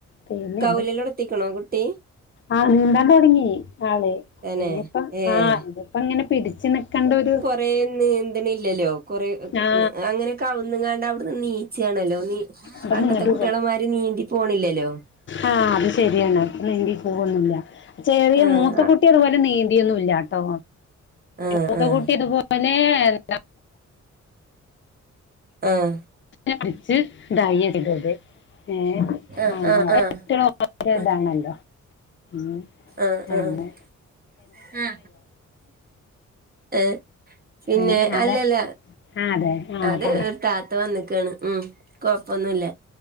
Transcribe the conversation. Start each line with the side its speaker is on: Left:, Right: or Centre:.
Left: പോന്ന്
Right: കൗലലൊടത്തിക്കണോ കുട്ടി.
Left: ആഹ് നീന്താൻ തുടങ്ങി ആളെ.
Right: തന്നെ
Left: ഇനിയിപ്പ
Right: ഏഹ്
Left: ആ ഇനിപ്പോ ഇങ്ങനെ പിടിച്ച് നക്കണ്ട ഒരു.
Right: പ്പയ്ന് നീന്ത്ണില്ലല്ലോ. കൊറെേ
Left: ആ
Right: അങ്ങനെക്കവുന്നങ്ങാണ്ട് അവിടുന്ന് നീച്ചണല്ലോ നീ.
Left: ഇവിടുന്ന്
Right: പണ്ടത്തെ
Left: ഇങ്ങോട്ട്
Right: കുട്ടിയോളെമാരി നീന്തി പോണില്ലല്ലോ.
Left: ആഹ് അത് ശരിയാണ് നീന്തി പോവൊന്നുല്ല. ചെറിയ
Right: ആഹ്
Left: മൂത്തക്കുട്ടി അതുപോലെ നീന്തിയൊന്നും ഇല്ലാട്ടോ.
Right: ആഹ്
Left: മൂത്തകൂട്ടി
Right: ആഹ്
Left: ഇത് പോലെ എന്ത
Right: ആഹ്
Left: ങ്ങനെഅടിച്ച് തയ്യ ഇതു പോലെ ഏഹ്
Right: ആഹ്
Left: അങ്ങനെ
Right: ആഹ്
Left: ഓരോ
Right: ആഹ്
Left: ട്ടി യോള് ഓരോ
Right: ആഹ്
Left: താണല്ലോ. മ്
Right: ആഹ്
Left: അ
Right: ആഹ് ആഹ്
Left: യെന്നെ
Right: ഏഹ് പിന്നെ
Left: ഏ ആരാ
Right: അല്ലല്ല
Left: ആ അതെ ആ
Right: അത്
Left: പറ
Right: ഒരു താത്ത വന്ന്ക്കാണ് ഉം കൊഴപ്പൊന്നുല്ല.